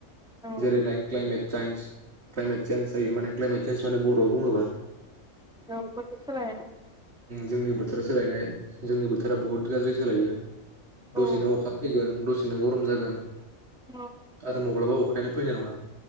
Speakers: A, in the centre; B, on the right.
A: औ
B: जेरै like climate change climate change जायो माने क्लाइमेट चेन्च माने बर'आव आव बुङोबा
A: द बदसाया <unintelligible>
B: जोंनि बोथोरा सोलायनाय जोंनि बोथोरा बहुत गाज्रि सोलायो
A: औ
B: दसेनो अखा फैगोन दसे सेनो गरम जागोन
A: औ
B: आरो मब्लाबा अ अखायानो फैनाय नङा